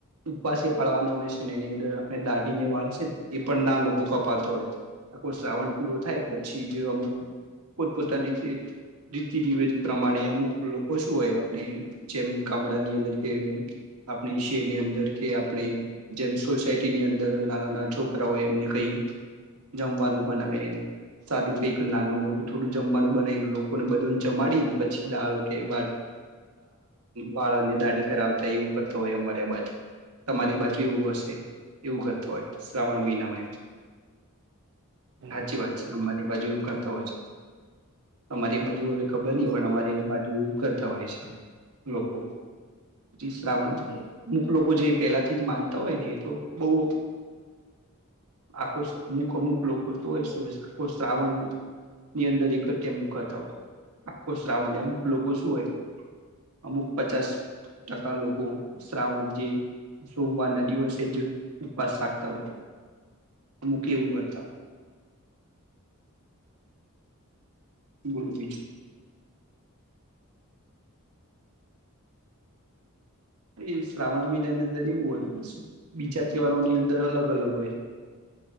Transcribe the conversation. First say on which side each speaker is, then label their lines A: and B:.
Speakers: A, on the right (about 85°); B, on the right (about 55°).
A: ઉપવાસે પાડવાનો હોય છે. ને એની અંદર આપણે દાઢી ને વાળ છેને એ પણ ના લોકો કપાતા હોય આખો શ્રાવણ પૂરો થાય પછી જે અમુક પોતપોતાની રીતે રીતિ રવેજ પ્રમાણે અમુક લોકો શું હોય, આપણે જેમ ગામડાની અંદર કે આપણી જેની અંદર કે આપણે જેમ સોસાયટીની અંદર નાના નાના છોકરાઓય એમને કઈ જમવાનું બનાવે, સાદું કઈક નાનું મોટું થોડું જમવાનું બનાવી લોકોને બધોને જમાડીને, પછી દાળ કે ભાત વાળાને દાઢી કરાવતા એવું કરતા હોય અમારે તમારી બાજુ, તમારી બાજુ એવું હશે એવું કરતા હોય. શ્રાવણ મહિનામાં
B: હમ
A: સાચી વાત છે અમારી બાજુ એવું કરતા હોય છે તમારી બાજુ હવે ખબર નહી
B: બરોબર
A: પણ અમારે બાજુ કરતા હોય છે. લોકો પછી શ્રાવણ અમુક
B: હમ
A: લોકો જે પેલાથી જ માનતા હોય ને એ તો બઉ આખો અમુક અમુક લોકો તો હોય શું હોય, આખો શ્રાવણની અંદર એક જ ટાઈમનો ખાતા હોય આખો શ્રાવણ અમુક લોકો શું હોય અમુક પચાસ ટકા લોકો શ્રાવણ જે સોમવારના દિવસે જ ઉપવાસ રાખતા હોય અમુક એવું કરતા હોય. બોલો બીજુ. એ શ્રાવણ મહિનાની અંદર એવું હોય. બસ બીજા તહેવારોની અંદર અલગ અલગ હોય